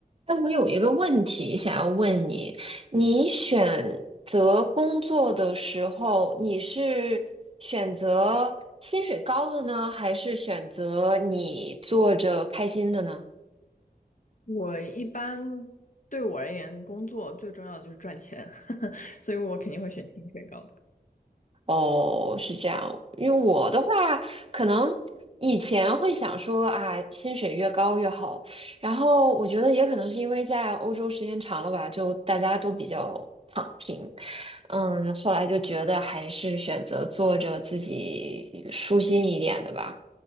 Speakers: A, on the right; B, on the left.
A: 哎，我有一个问题想要问你，你选择工作的时候，你是选择薪水高的呢，还是选择你做着开心的呢？
B: 我一般对我而言，工作最重要的就是赚钱，<laughs> 所以我肯定会选薪水高的。
A: 哦，是这样。因为我的话，可能以前会想说啊，薪水越高越好。然后我觉得也可能是因为在欧洲时间长了吧，就大家都比较躺平。嗯，后来就觉得还是选择做着自己舒心一点的吧，